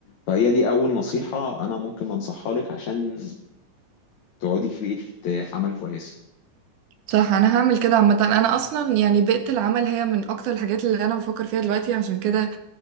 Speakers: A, on the left; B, on the right.
A: فهي دي اول نصيحه انا ممكن انصحها لك عشان تقعدي في بيئه عمل كويسه
B: صح انا هعمل كده عامة انا اصلا يعني بيئة العمل هي من اكتر الحاجات اللي انا بفكر فيها دلوقتي عشان كده